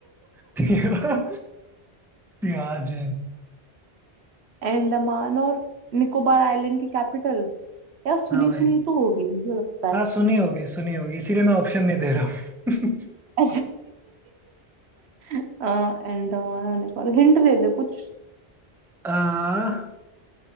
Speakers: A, in the centre; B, on the right.
A: <laughs> तिहाड़ तिहाड़ जेल
B: अंडमान और निकोबार आइलैंड की कैपिटल यार सुनी
A: <laughs> हाँ भाई
B: सुनी तो हो गई मुझे लगता है
A: हाँ सुनी होगी सुनी होगी इसीलिए मैं ऑप्शन नहीं दे रहा हूँ
B: अच्छा <laughs> अंडमान और निकोबार हिंट दे दे कुछ
A: <laughs> आ,